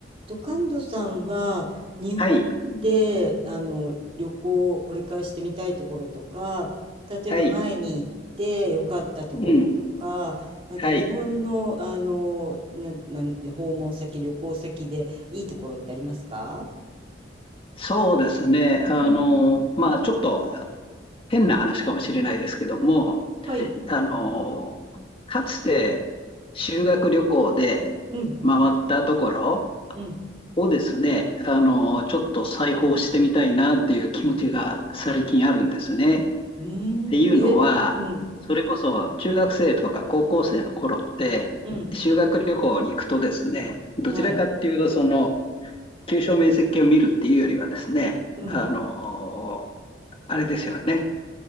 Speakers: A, on the right (about 30°); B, on the left (about 30°).
A: ドカンドさんは日本であの旅行をこれからしてみたいところとか例えば前に行って良かったところとかなんか日本の、
B: はい、はい、うん、はい。
A: あのな、なんで訪問先旅行先でいいところってありますか
B: そうですね。あの、
A: うん
B: まあ、ちょっと変な話かもしれないですけども、
A: はい
B: あの、かつて修学旅行で回ったところ
A: うんうん
B: をですね、あの、ちょっと再訪してみたいなっていう気持ちが最近あるんですね。っ
A: うーんえうん
B: ていうのは、それこそ中学生とか高校生の頃って、
A: うん
B: 修学旅行に行くとですね、どちらかっていうと、
A: はい
B: その、急所面積を見るっていうよりはですね、
A: うん
B: あのあれですよね、